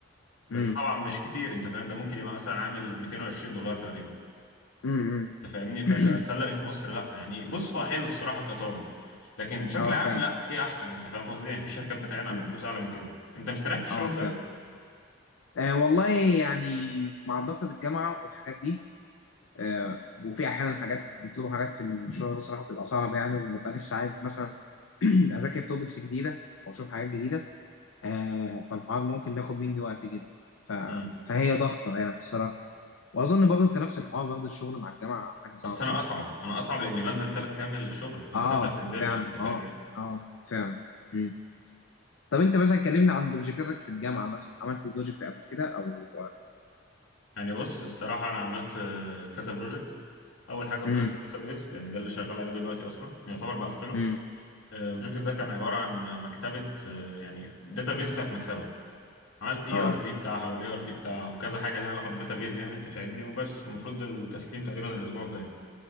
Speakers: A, on the left (about 70°); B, on the left (about 85°).
A: امم
B: بس ده طبعا مش كتير انت فاهم ده ممكن يبقى مثلا عامل 220 دولار تقريبا
A: امم
B: انت فاهمني فكسالري
A: <clears throat>
B: في مصر لا يعني بص هو حلو الصراحه كطالب لكن بشكل
A: اه
B: عام
A: فعلا
B: لا في احسن انت فاهم قصدي يعني في شركات بتعين على
A: مم.
B: فلوس اعلى من كده انت مستريح في الشغل
A: اه فعلا آه والله يعني مع ضغط الجامعه والحاجات دي آه، وفي احيانا حاجات بيطلبوا حاجات في الشغل بصراحه بتبقى صعبه يعني وببقى لسه عايز مثلا <clears throat> اذاكر توبكس جديده او اشوف حاجات جديده آه، فالحوار ممكن بياخد مني وقت جدا ف...
B: طيب
A: فهي ضغطه يعني الصراحه واظن برضه انت نفس الحوار برضه الشغل مع الجامعه حاجه صعبه
B: بس انا
A: جدا
B: اصعب انا اصعب لاني بنزل ثلاث ايام الشغل بس
A: اه
B: انت ما بتنزلش
A: فعلا
B: انت فاهمني
A: اه اه فعلا مم. طب انت مثلا كلمنا عن بروجكتاتك في الجامعه مثلا عملت بروجكت قبل كده او
B: يعني بص الصراحه انا عملت آه، كذا بروجكت اول حاجه بروجكت
A: امم
B: داتابيز يعني ده اللي شغال عليه دلوقتي اصلا يعتبر بقفله
A: امم
B: آه، البروجكت ده كان عباره عن مكتبه آه، يعني داتابيز بتاعت مكتبه عملت اي
A: اه
B: ار دي بتاعها والاي ار دي بتاعها وكذا حاجه ليها علاقه بالداتابيز يعني انت فاهمني وبس المفروض التسليم تقريبا الاسبوع الجاي